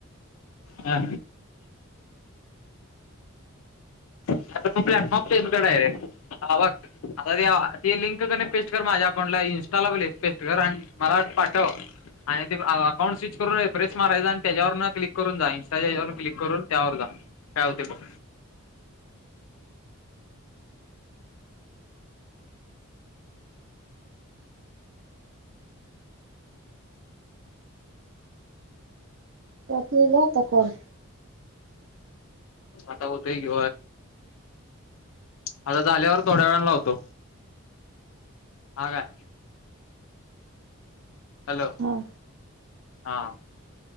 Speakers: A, on the left; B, on the right.
A: हा मग प्लॅटफॉर्म पे डायरेक्ट बघ आता ते ते लिंक क पेस्ट कर माझ्या अकाउंटला इन्स्टाला पेस्ट कर आणि मला पाठव आणि ते अकाउंट स्विच करून प्रेस मारायचा आणि त्याच्यावरून क्लिक करून जा इं्स्टावरून क्लिक करून त्यावर जा काय होते बघ
B: रातलीला तकण
A: आता होत किय आता झाल्यावर थोड्या वेळान लावतो हा काय हॅलो
B: हां
A: हा